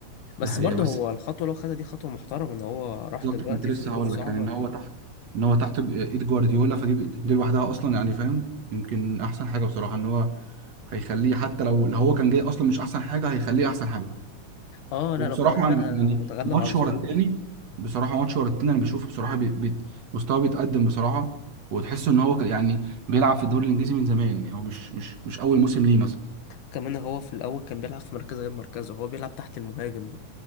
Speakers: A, on the left; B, on the right.
A: بس
B: دي حقيقه
A: برضه
B: بس
A: هو الخطوة اللي هو خدها دي خطوة محترمة ان هو راح
B: بالظبط
A: دلوقتي
B: كنت لسه
A: في ظروف
B: هقول
A: صعبة
B: لك يعني ان
A: يعني
B: هو تحت ان هو تحت ب- ايد جوارديولا فدي دي لوحدها اصلا يعني فاهم يمكن احسن حاجه بصراحه ان هو هيخليه حتى لو لو هو كان جاي اصلا مش احسن حاجه هيخليه احسن حاجه
A: اه لا
B: وبصراحه
A: لو كمان لا
B: انا يعني
A: هو اتغلب
B: ماتش
A: على الظروف
B: ورا التاني بصراحه ماتش ورا التاني انا بشوفه بصراحه بي بي مستواه بيتقدم بصراحه وتحس ان هو ك- يعني بيلعب في الدوري الانجليزي من زمان يعني هو مش مش مش اول موسم ليه مثلا
A: كمان هو في الاول كان بيلعب في مركز غير مركزه هو بيلعب تحت المهاجم